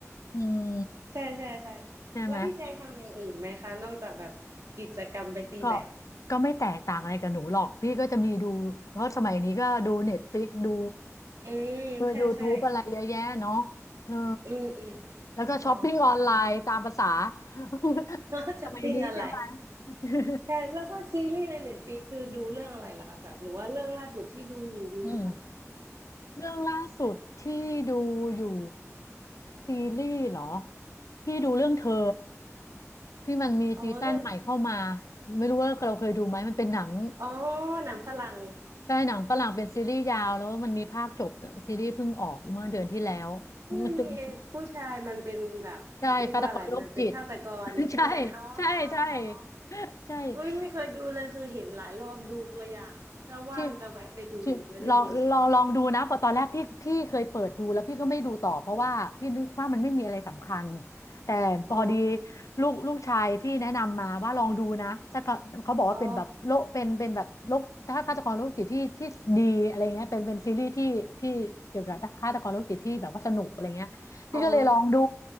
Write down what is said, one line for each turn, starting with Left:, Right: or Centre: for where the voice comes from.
Left: อืม
Right: ใช่ใช่ใช่
Left: ใช่ไหม
Right: แล้วพี่แจงทำอย่างอื่นไหมคะนอกจากแบบกิจกรรมไปตีแบด
Left: ก็ก็ไม่แตกต่างอะไรกับหนูหรอกพี่ก็จะมีดูเพราะสมัยนี้ก็ดูเน็ตฟ i ิกดู
Right: อืมใช่ใช่
Left: เออยูทูบอะไรเยอะแยะเนาะเออ
Right: อืมอืม
Left: แล้วก็ช้อปปิ้งออนไลน์ตามภาษา
Right: อ๋อ
Left: <laughs>
Right: <laughs> ช้อปปิ้งอะไร
Left: สมัยนี้ใช่ไหม <laughs>
Right: ใช่แล้วก็ซีรีส์ในเน็ตฟ i ิกคือดูเรื่องอะไรล่ะคะแบบหรือว่าเรื่องล่าสุดที่ดูอยู่มีไหมคะ
Left: อืมเรื่องล่าสุดที่ดูอยู่ซีรีส์เหรอพี่ดูเรื่องเธอที่มันมีซีซั่นใหม่เข้ามา
Right: <coughs> อ๋อเรื่อง
Left: ไม่รู้ว่าเราเคยดูไหมมันเป็นหนัง
Right: อ๋อหนังฝรั่ง
Left: ใช่หนังฝรั่งเป็นซีรีส์ยาวแล้วมันมีภาคจบซีรีส์เพิ่งออกเมื่อเดือนที่แล้ว <laughs>
Right: เนี่ยมีไอ้ผู้ชายมันเป็นแบบเรียกว่าอะไรมันเป็นฆาตกรใช่ไหมอ๋อ
Left: ใช่ฆาตกรโรคจิต <laughs> ใช่ใช่ใช่
Right: อ๋ออ๋อ
Left: ใช่
Right: อุ้ยไม่เคยดูเลยคือเห็นหลายรอบดูตัวอย่างอะถ้าว่างจะแวะไปดูยังไม่ได้ดูเลย
Left: ที่ที่ลองลองลองดูนะเพอตอนแรกพี่พี่เคยเปิดดูแล้วพี่ก็ไม่ดูต่อเพราะว่าพี่นึกว่ามันไม่มีอะไรสำคัญแต่พอดี
Right: อ๋อ
Left: ลูกลูกชายพี่แนะนำมาว่าลองดูนะจะก็เขาบอกว่าเป็นแบบโลกเป็นเป็นแบบโลกถ้าฆาตกรโรคจิตที่ที่ดีอะไรเงี้ยเป็นเป็นซีรีส์ที่ที่เกี่ยวกับฆาตกรโรคจิตที่แบบว่าสนุกอะไรเงี้ยพี่ก็เลยลองดู
Right: อ๋ออ๋อ